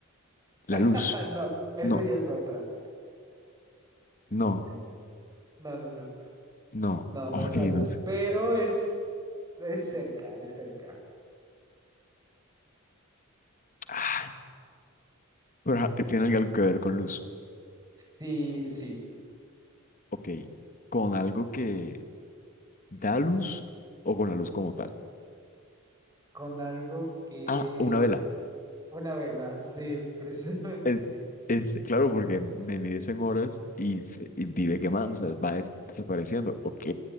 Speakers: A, on the left; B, on the right.
A: La luz.
B: <laughs> Ah, no, esa
A: No,
B: ya es otra.
A: no,
B: <laughs> No, no, no.
A: no.
B: No,
A: Ok,
B: no es la luz,
A: no. sé.
B: pero es, es cerca, es cerca.
A: Ah, pero ah, tiene algo que ver con luz.
B: Sí, sí,
A: Ok, con algo que da luz o con la luz como tal.
B: con algo que...
A: Ah, una vela.
B: Una vela, sí, <laughs> precisamente.
A: Es, es- claro, porque me mides en horas y, se- y vive quemando, o sea, va des- desapareciendo. Ok,